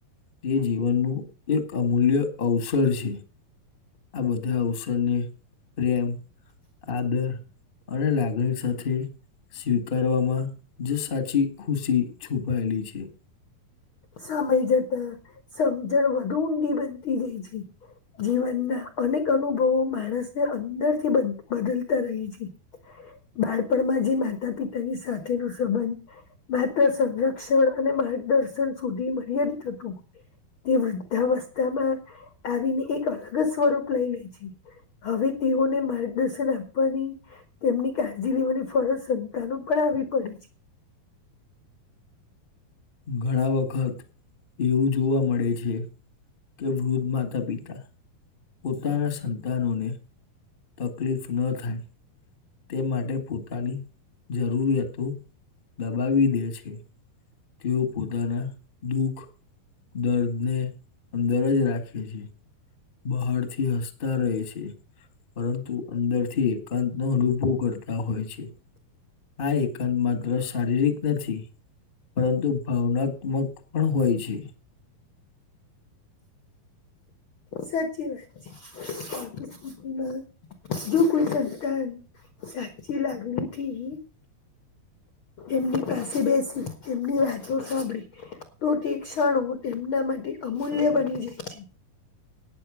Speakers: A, on the left; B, on the left.
A: તે જીવનનું એક અમૂલ્ય અવસર છે. આ બધા અવસરને પ્રેમ, આદર અને લાગણી સાથે સ્વીકારવામાં જો સાચી ખુશી છુપાયેલી છે.
B: સમય જતા સમજણ વધુ ઊંડી બનતી જાય છે. જીવનના અનેક અનુભવો માણસને અંદર થી બદ બદલતા રહી છે. બાળપણમાં જે માતા પિતાની સાથે નો સંબંધ માત્ર સંરક્ષણ અને માર્ગદર્શન સુધી મર્યાદિત હતું. તે વૃદ્ધાવસ્થામાં આવીને એક અલગ જ સ્વરૂપ લઈ લે છે. હવે તેઓને માર્ગદર્શન આપવાની તેમની કાળજી લેવાની ફરજ સંતાનો પર આવી પડી છે.
A: ઘણા વખત એવું જોવા મળે છે, કે વૃદ્ધ માતા પિતા પોતાના સંતાનોને તકલીફ ન થાય તે માટે પોતાની જરૂરિયાતો દબાવી દે છે. તેઓ પોતાના દુઃખ, દર્દને અંદર જ રાખે છે, બહારથી હસતા રહે છે, પરંતુ અંદર થી એકાંત નો અનુભવ કરતા હોય છે. આ એકાંત માત્ર શારીરિક નથી, પરંતુ ભાવનાક મક પણ હોય છે.
B: સાચી વાત છે, <unintelligible> સુધી મા જો કોઈ સંતાન, સાચી લાગણી થી એમની પાસે બેસી, એમની વાતો સાંભળી તો તે ક્ષણો, તેમના માટે અમૂલ્ય બની જાય છે.